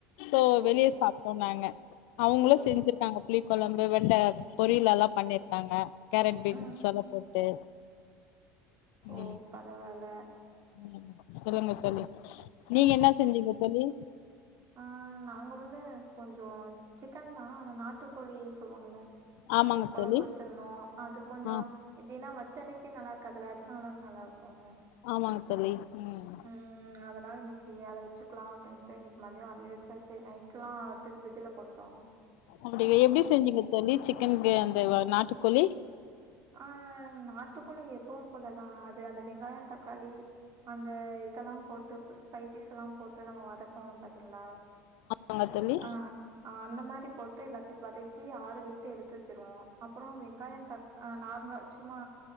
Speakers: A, on the left; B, on the right.
A: சோ
B: ஓ
A: வெளியே சாப்பிட்டோம் நாங்க அவங்களும்
B: ஓ
A: செஞ்சிருக்காங்க புளி குழம்பு வெண்ட பொரியல் எல்லாம் பண்ணிருக்காங்க கேரட் பீன்ஸ்
B: ம்
A: எல்லாம் போட்டு
B: ஓ
A: ம்
B: பரவால்ல
A: ம் சொல்லுங்க தோழி நீங்க என்ன செஞ்சிங்க தோழி
B: ஆ நாங்க வந்து கொஞ்சோ சிக்கன் தான் ஆன நாட்டுக்கோழி சொல்லுவாங்கல
A: ஆமாங்க
B: அது குழம்பு
A: தோழி
B: வச்சிருந்தோம் அது கொஞ்சோ
A: ஆ
B: இதென்ன வச்ச அன்னிக்கு நல்லா இருக்காதுல அடுத்த நாள் தான நல்லா இருக்கும்
A: ஆமாங்க தோழி ம்
B: ம் அதனால இன்னிக்கி அத வச்சுக்கலாம் அப்டின்ட்டு இன்னிக்கு மதியம் அதுவே வச்சாச்சு நைட்லாம் தூக்கி ஃப்ரிட்ஜில போட்டோம்
A: அப்டி எப்டி செஞ்சீங்க தோழி சிக்கன் கிரே அந்த நாட்டுக்கோழி
B: ஆ நாட்டுக்கோழி எப்பவும் போலதான் அது அந்த வெங்காயம் தக்காளி அந்த இதெல்லாம் போட்டு பிஸ் ஸ்பைசிஸ் எல்லாம் போட்டு நம்ம வதக்குவோம் பாத்தீங்களா
A: வாங்க தோழி
B: ஆ அ அந்த மாரி போட்டு எல்லாத்தையும் வதக்கி ஆற விட்டு எடுத்து வச்சிருவோம் அப்பறோ வெங்காயம் தக் ஆ நார்மலா சும்மா